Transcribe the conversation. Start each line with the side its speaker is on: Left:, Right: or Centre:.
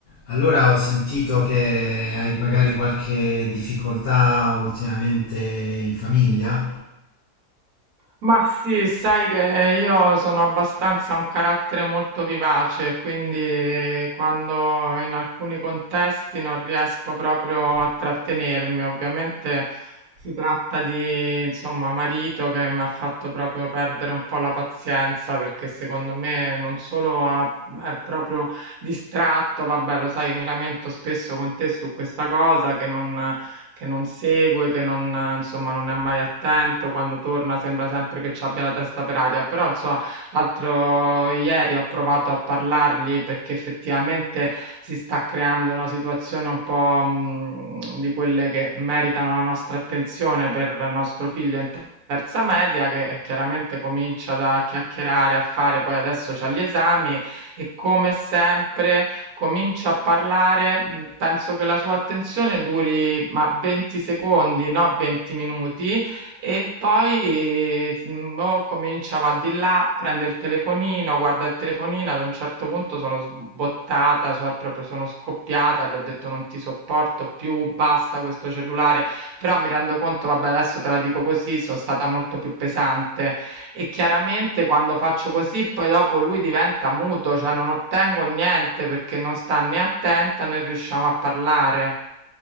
Left: Allora ho sentito che hai magari qualche difficoltà ultimamente in famiglia,
Right: Ma sì, sai che io sono abbastanza un carattere molto vivace, quindi quando in alcuni contesti non riesco proprio a trattenermi, ovviamente si tratta di, insomma, marito che mi ha fatto proprio perdere un po' la pazienza perché secondo me non solo ha- è proprio distratto, vabbè, lo sai, mi lamento spesso con te su questa cosa che non che non segue, che non, insomma, non è mai attento, quando torna sembra sempre che ci abbia la testa per aria, però insomma l'altro ieri ho provato a parlargli perché effettivamente si sta creando una situazione un po' mh, di quelle che meritano la nostra attenzione per il nostro figlio in terza media che chiaramente comincia da chiacchierare, a fare, poi adesso c'ha gli esami e come sempre comincio a parlare, mh, penso che la sua attenzione duri ma 20 secondi, no 20 minuti, e poi eh, mh, o comincia, va di là, prende il telefonino, guarda il telefonino, ad un certo punto sono sbottata, cioè proprio sono scoppiata, gli ho detto non ti sopporto più, basta questo cellulare, però mi rendo conto, vabbè adesso te la dico così, sono stata molto più pesante e chiaramente quando faccio così poi dopo lui diventa muto, cioè non ottengo niente perché non sta né attenta né riusciamo a parlare.